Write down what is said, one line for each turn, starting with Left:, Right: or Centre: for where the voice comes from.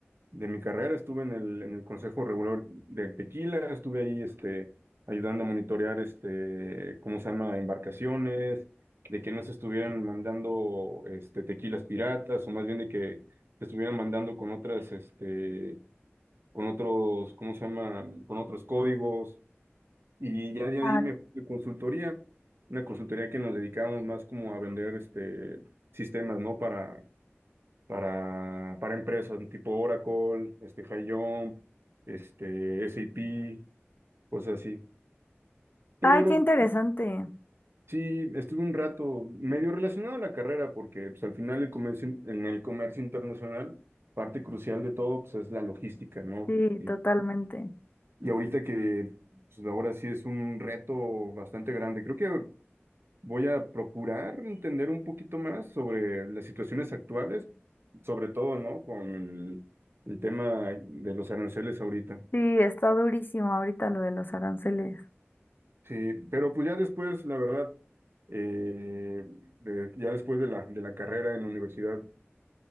Right: de mi carrera, estuve en el, en el Consejo Regular del Tequila, estuve ahí este, ayudando a monitorear este, ¿cómo se llama? embarcaciones, de que no se estuvieran mandando este, tequilas piratas, o más bien de que se estuvieran mandando con otras, este, con otros, ¿cómo se llama? con otros códigos. Y ya de
Left: Ay,
Right: ahí me fui a consultoría, una consultoría que nos dedicábamos más como a vender este, sistemas, ¿no? para para, para empresas tipo Oracle, este, Jump, este, SAP, cosas así. Pero
Left: Ay, qué interesante.
Right: sí, estuve un rato medio relacionado a la carrera porque pues, al final el comercio, in- en el comercio internacional, parte crucial de todo pues, es la logística, ¿no?
Left: Sí,
Right: Y,
Left: totalmente.
Right: y ahorita que pues, ahora sí es un reto bastante grande. Creo que Voy a procurar entender un poquito más sobre las situaciones actuales, sobre todo, ¿no? Con el, el tema de los aranceles ahorita.
Left: Sí, está durísimo ahorita lo de los aranceles.
Right: Sí, pero pues ya después, la verdad, eh, de- ya después de la, de la carrera en la universidad,